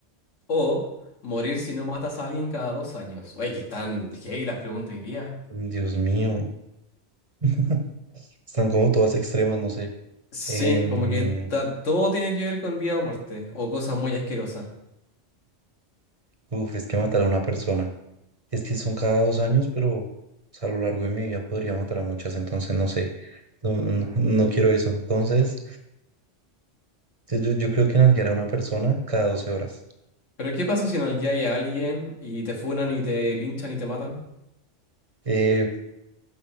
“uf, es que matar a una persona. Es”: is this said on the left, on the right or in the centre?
Right